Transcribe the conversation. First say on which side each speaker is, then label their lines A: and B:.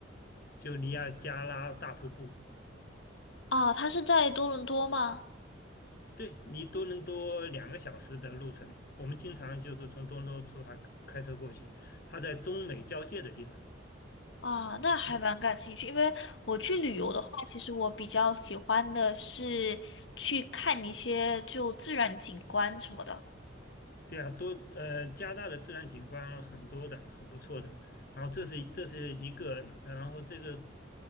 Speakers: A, on the left; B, on the left.
A: 就尼亚加拉大瀑布。
B: 哦，它是在多伦多吗？
A: 对，你多伦多两个小时的路程，我们经常就是从多伦多出发开车过去，它在中美交界的地方。
B: 啊，那还蛮感兴趣，
A: 那
B: 因为我去旅游的话，其实我比较喜欢的是去看一些就自然景观什么的。
A: 对啊，多呃，加拿大的自然景观很多的，很不错的。然后这是这是一个，然后这个